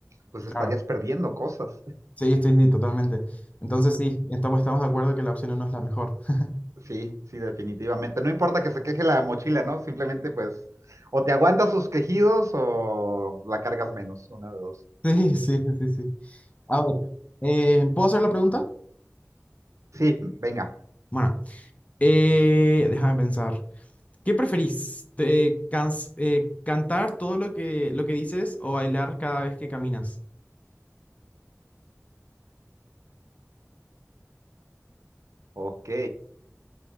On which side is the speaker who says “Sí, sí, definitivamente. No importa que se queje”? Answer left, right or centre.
Right